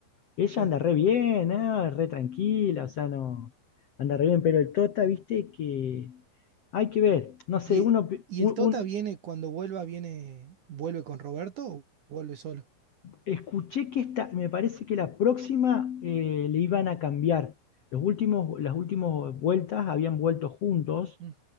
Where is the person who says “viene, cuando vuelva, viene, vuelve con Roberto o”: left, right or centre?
Right